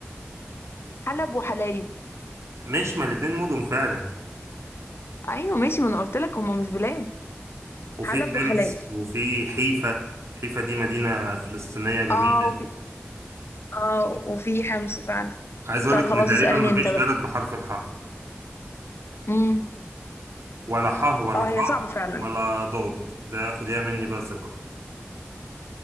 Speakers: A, on the left; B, on the right.
A: حلب وحلايب
B: ماشي ما الاتنين مدن فعلا
A: ايوه ماشي ما انا قلت لك هما مش بلاد
B: وفي
A: حلب
B: حمص
A: وحلايب
B: وفي حيفا حيفا دي مدينة فلسطينية جميلة
A: اه وفي اه وفي حمص فعلا
B: عايز أقولك
A: طب خلاص
B: إن تقريبا
A: اسألني
B: مفيش
A: انت بقى
B: بلد بحرف الحاء
A: امم
B: ولا حاء ولا
A: اه
B: خاء
A: هي صعبة فعلا
B: ولا ضاد ده خديها مني بقى ثقة